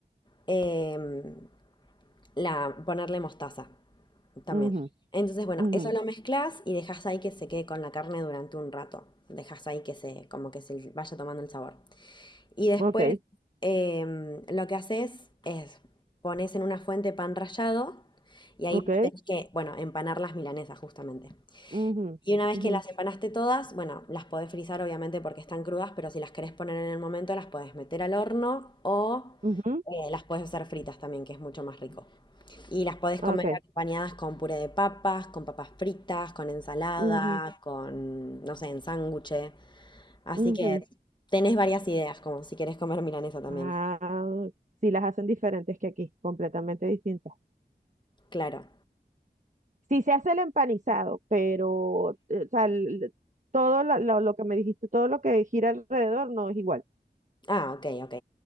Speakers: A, on the left (about 25°); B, on the right (about 45°).
A: em, la, ponerle mostaza también.
B: ujú,
A: Entonces, bueno,
B: ujú.
A: eso lo mezclas y dejas ahí que se quede con la carne durante un rato. Dejas ahí que se, como que se vaya tomando el sabor. Y después
B: Ok.
A: em, lo que haces es pones en una fuente pan rallado y ahí
B: Ok.
A: tenés que, bueno, empanar las milanesas justamente.
B: Ujú,
A: Y una vez
B: ujú,
A: que las empanaste todas, bueno, las podés frizar obviamente porque están crudas, pero si las querés poner en el momento, las podés meter al horno o
B: ujú.
A: eh, las podés hacer fritas también, que es mucho más rico. Y las podés
B: Ah,
A: comer
B: Ok.
A: acompañadas con puré de papas, con papas fritas, con ensalada,
B: Ujú,
A: con, no sé, en sándwiches. Así
B: ujú.
A: que tenés varias ideas, como si querés comer milanesa también.
B: Ah, sí, las hacen diferentes que aquí, completamente distintas.
A: Claro.
B: Sí se hace el empanizado, pero eh, o sea, el- todo la- lo, lo que me dijiste, todo lo que gira alrededor no es igual.
A: Ah, ok, ok.